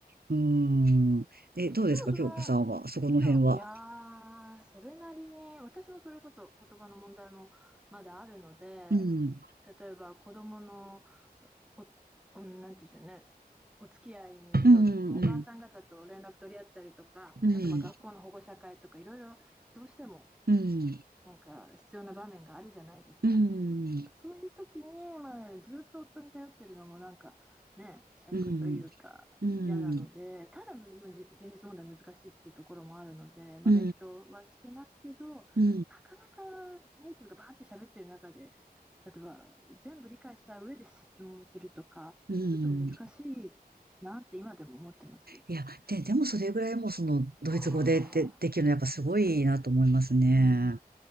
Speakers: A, on the right; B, in the centre.
A: うん。え、どうですか、
B: でも、その、
A: 京子さんは、そこの辺は。
B: いや、いやーそれなりに、私もそれこそ言葉の問題もまだあるので、
A: うん。
B: 例えば子供のお、うん、なんていうんでしょうね。お付き合いに、そう、
A: うん、
B: お母さん方と連絡取り合ったりとか、
A: うん。うん、
B: あとまあ学校の保護者会とかいろいろどうしても
A: うん、
B: なんか必要な場面があるじゃないですか。
A: うん、
B: そういう時に、まあ、ずっと夫に頼ってるのもなんかね、尺というか嫌なので、
A: うん、うん、うん、
B: ただ、まあじ現実問題難しいっていうところもあるので、まあ、
A: う
B: 勉強はしてますけど、
A: ん、
B: なかなかネイティブがバーって喋ってる中で、例えば全部理解した上で質問するとか、
A: うん。
B: ちょっと難しいなって今でも思ってます。
A: いや、で、でもそれぐらいもうそのドイツ語でで、
B: ああ、
A: できるのやっぱすごいなと思いますね。